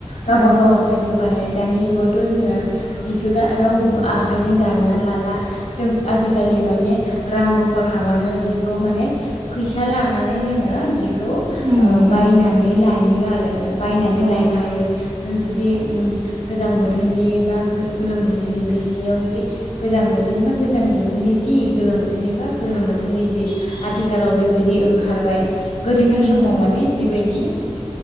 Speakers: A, on the left (about 75°); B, on the right (about 65°).
A: गावबा
B: औ
A: गाव आखाइजों बानायनाय दानि जुगावथ' जोङो जिखौ गा रावबो आखाइजों दालाना लाला जों आजिखालि माने रां रुफा थाबानो जिखौ माने फैसा लानानै माने जोङो जिखौ
B: उम
A: अ
B: उम
A: बायनानै लायो आरो बायनानै
B: औ
A: लायनो हायो नों जुदि उम गोजां बोथोरनि बा गो-गोलोम बोथोरनि बिसोरनियाव जुदि गोजां बोथोरनि बा गोजां बोथोरनि जि गोलोम बोथोरनि बा गोलोम बोथोरनि जि आथिखालाव बेबायदि ओं- खारबाय। गोदोनि
B: ओं
A: समाव
B: ओं
A: माने बेबायदि फि <inaudible>